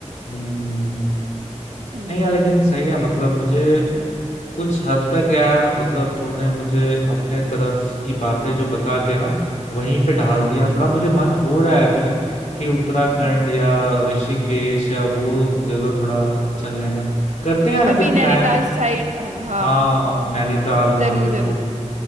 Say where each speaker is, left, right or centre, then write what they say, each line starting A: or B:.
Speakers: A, on the left; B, on the right.
A: हम्म।
B: हम्म
A: नहीं यार लेकिन सही है मतलब मुझे कुछ हद तक यार मतलब तूने मुझे अपने तरफ की बातें जो बता के ना वहीं पे ढाल दिया थोड़ा
B: हम्म हम्म।
A: मुझे मन हो रहा है अभी कि उत्तराखंड
B: हम्म।
A: या ऋषिकेश या वो जगह थोड़ा चलने का करते हैं यार
B: कभी
A: फिर
B: नैनीताल
A: प्लान
B: साइड हाँ हाँ,
A: हाँ नैनीताल हाँ
B: जरूर
A: बिल्कुल
B: जरूर